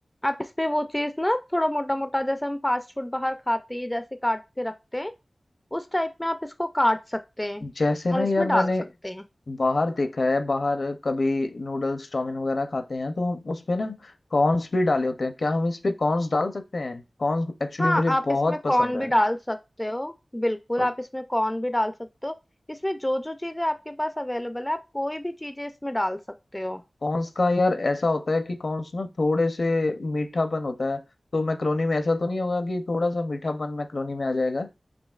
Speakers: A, on the left; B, on the left.
A: आप इसपे वो चीज ना थोड़ा मोटा मोटा जैसे हम फास्ट फूड बाहर खाते हैं जैसे काट के रखते हैं उस टाइप में आप इसको काट सकते हैं
B: जैसे
A: और
B: ना
A: इसमें
B: यार मैंने
A: डाल सकते हैं
B: बाहर देखा है बाहर कभी नूडल्स चाउमीन वगैरह खाते हैं तो हम उसमें ना कॉर्न्स भी डाले होते हैं क्या हम इस पे कॉर्न्स डाल सकते हैं कॉर्न्स एक्चुअली
A: हाँ
B: मुझे
A: आप
B: बहुत
A: इसमें
B: पसंद
A: कॉर्न भी डाल सकते हो बिल्कुल
B: है
A: आप इसमें कॉर्न भी डाल सकते हो इसमें जो जो चीजें आपके पास अवेलेबल है आप कोई भी चीजें इसमें डाल सकते हो
B: कॉन्स का यार ऐसा होता है कि कॉन्स ना थोड़े से मीठापन होता है तो मैक्रोनी में ऐसा तो नहीं होगा कि थोड़ा सा मीठापन मैक्रोनी में आ जाएगा